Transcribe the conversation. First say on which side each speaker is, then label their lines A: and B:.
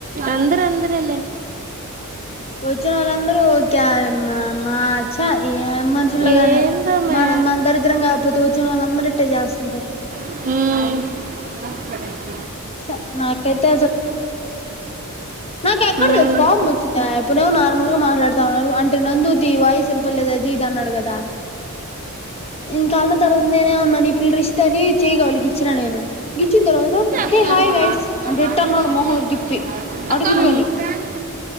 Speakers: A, on the right; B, on the left.
A: అందరన్ <unintelligible> రేలె
B: వొచ్చినోళ్ళందరూ క్యాయ్ మా మ ఛ ఏం మనుషుల్లో
A: ఏందోమే
B: గానీ మనం మన్ దరిద్రం గాక్పోతె వచ్చినోళ్ళందర ఇట్టె జ్యాస్తుంటారు.
A: ఊమ్.
B: ఛ నాకైతే నాకెక్కడ్
A: ఉమ్
B: దెల్సు
A: ఉమ్
B: కోప్మొచ్చిందా ఇప్పుడు నార్మల్గ మాట్లాడుతా ఉన్నోల్లు అంటె నందుదీ వాయ్సినపల్లేదు అదీద్ తెన్నడు గదా ఇంకాన్న తరువాత్ నేనేమన్నాన్ ఈ పిల్ల రిష్త అనీ చేయ్గవల్ గిచ్చినా నేను గిచ్చిన్ తర్వాత హే
A: ఊమ్.
B: హాయ్ గైస్ అంటే ఇట్ట అన్నాడు మొహం తిప్పి అటు తిరుగని